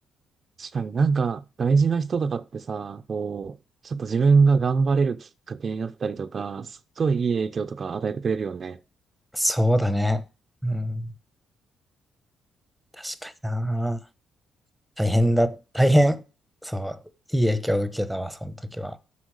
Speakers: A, on the right; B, in the centre.
A: 確かになんか、大事な人とかってさ、こう、ちょっと自分が頑張れるきっかけになったりとか、すっごいいい影響とか与えてくれるよね。
B: そうだね。うん。確かにな。大変だ。大変。そう。いい影響を受けたわ、その時は。